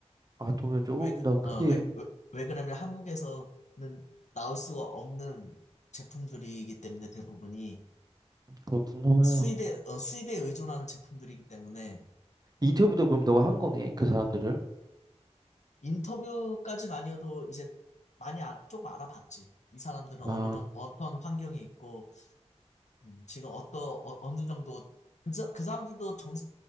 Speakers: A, on the right; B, on the left.
A: 아, 돈을 조금
B: 왜, 그-
A: 더 크게,
B: 어, 왜, 왜, 왜 그러냐면 한국에서는 나올 수가 없는 제품들이기 때문에 대부분이
A: 그렇구나.
B: 수입에, 어, 수입에 의존하는 제품들이기 때문에
A: 인터뷰도 그럼 너가 한 거네, 그 사람들을.
B: 인터뷰까지는 아니어도 이제 많이 알아, 조금 알아봤지. 이 사람들은 어느
A: 아,
B: 정도, 어떤 환경에 있고, 음, 지금 어떠, 어, 어느 정도, 그, 사- 그 사람들도 정,